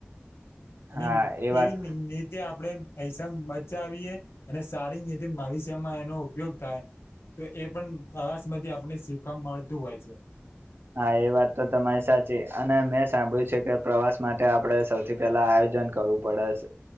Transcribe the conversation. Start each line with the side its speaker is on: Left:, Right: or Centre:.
Left: અને
Right: હા
Left: કેવીન
Right: વાત
Left: એ રીતે આપડે પૈસા બચાવીએ અને સારી રતે ભવિષ્યમાં એનો ઉપયોગ થાય તો એ પણ પ્રવાસ માંથી આપને શીખવા મળતું હોય છે
Right: હા એ વાત તો તમારી સાચી અને મેં સાંભળ્યું છે કે પ્રવાસ માટે આપડે સૌથી પહેલા આયો જન કરવું પડે શે